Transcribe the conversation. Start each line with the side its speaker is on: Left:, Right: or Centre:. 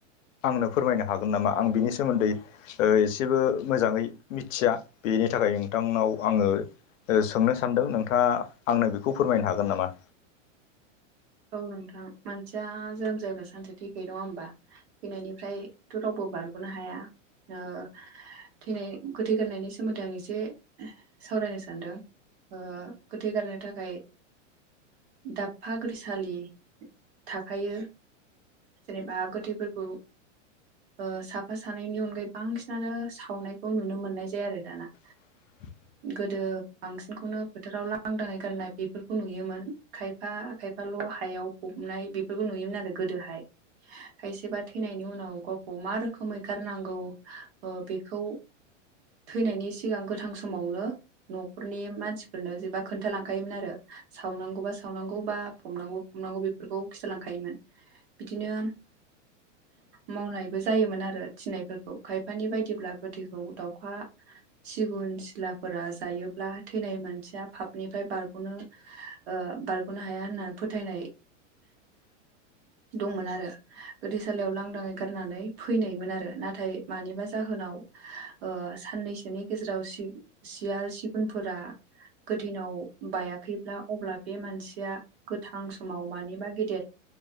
Left: आंनो फोरमायनो हागो गोन नामा आं बिनि सोमोन्दै ओ एसेबो मोजांङै मिथिया बेनि थाखाय नोंथांनाव आंंङो ओ सोंनो सानदों नोंथांङा आंनो बेखौ फोरमायनो हागोन नामा?
Right: औ नोंथां मानसिया जोनोम जायोब्ला सानसे थैखायो नङा होमबा? थैनायनिफ्रायथ' रावबो बारग'नो हाया ओ थैनाय गोथै गारनायनि सोमोन्दै आं एसे सावरायनो सानदों। ओ गोथै गारनो थाखाय दाबफा गोथैसालि थाखायो जेनेबा गोथैफोरखौ ओ साफा सानैनि अनगायै बांसिनानो सावनायखौ नुनो मोननाय जाया आरो दाना।
Left: <inaudible>
Right: गोदो बांसिनखौनो फोथोराव लांदाङै गारनाय बेफोरखौ नुयोमोन खायफा खाय फाल' हायाव फबनाय बेफोरखौ नुयोमोन आरो गोदोहाय। खायसेबा थैनायनि उनाव गावखौ मा रोखोमै गारनांगौ ओ बेखौ थैनायनि सिगां गोथां समावनो न'खरनि मानसिफोरनो जेनबा खोन्थालांखायोमोन आरो सावनांगौबा सावनांगौ बा फबनांगौ फबनांगौ बेफोरखौ खिथालांखायोमोन बिदिनो मावनायबो जायोमोन आरो थिनायफोरखौ खायफानि बायदिब्ला गोथैखौ दाउखा सिगुन सिलाफोरा जायोब्ला थैनाय मानसिया पापनिफ्राय बारग'नो ओ बारग'नो हाया होनना फोथायनाय दंमोन आरो गोथै सालियाव लांदाङै गारनानै फैनायमोन आरो नाथाय मानिबा जाहोनाव ओ साननैसोनि गेजेराव सि-सियाल, सिगुनफोरा गोथैनाव बायाखैब्ला अब्ला बे मानसिया गोथां समाव मानिबा गेदेर